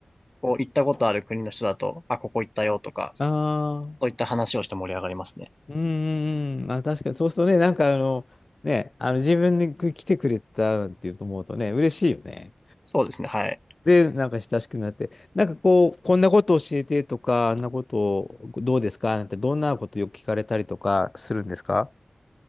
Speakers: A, on the left (about 25°); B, on the left (about 60°).
A: こう、行ったことある国の人だと、あ、ここ行ったよとか、
B: ああなるほどうんうんうんうんうんうんあー
A: そういった話をして盛り上がりますね。
B: うんうんうん。あ、確かに、そうするとね、なんかあの、ね、あの自分に来てくれたっていうと思うとね、嬉しいよね。
A: そうですね、はい。
B: で、なんか親しくなって、なんかこう、こんなこと教えてとか、あんなことどうですかなんて、どんなことよく聞かれたりとかするんですか